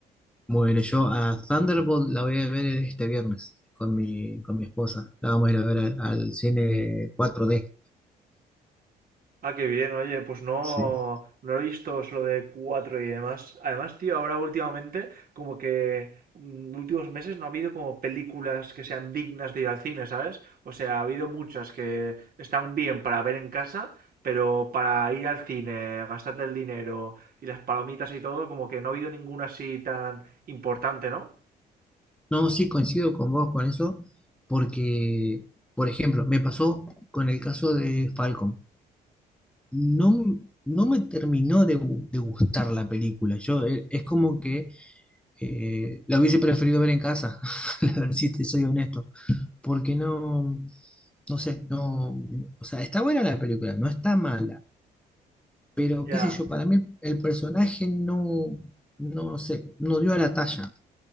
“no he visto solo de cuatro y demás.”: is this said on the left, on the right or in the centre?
Right